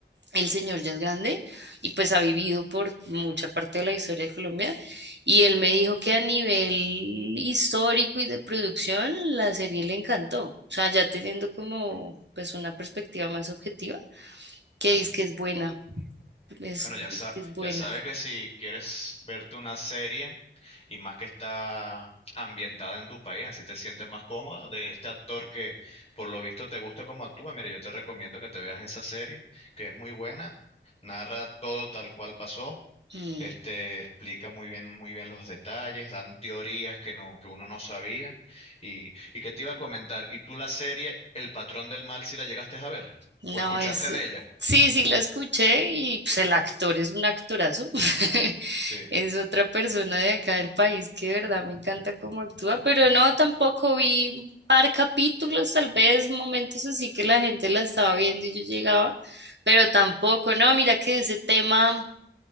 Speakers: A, on the right; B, on the left.
A: el señor ya es grande y pues ha vivido por mucha parte de la historia de Colombia y él me dijo que a nivel histórico y de producción la serie le encantó, o sea, ya teniendo como pues una perspectiva más objetiva, que
B: claro.
A: dice que es buena, es,
B: Bueno, ya sa-
A: es que es buena.
B: ya sabes que si quieres verte una serie y más que está ambientada en tu país, así te sientes más cómoda de este actor que por lo visto te gusta como actúa, mira, yo te recomiendo que te veas esa serie, que es muy buena, narra todo tal cual pasó,
A: Mm.
B: este explica muy bien muy bien los detalles, dan teorías que no que uno no sabía y y que te iba a comentar, ¿y tú la serie El patrón del mal si la llegaste a ver
A: No,
B: o escuchaste
A: es,
B: de ella?
A: sí, sí lo escuché y pues el actor es un actorazo. <laughs>
B: Sí.
A: Es otra persona de acá del país que de verdad me encanta cómo actúa, pero no, tampoco vi un par capítulos, tal vez momentos así que la gente la estaba viendo y yo llegaba, pero tampoco, no, mira que ese tema,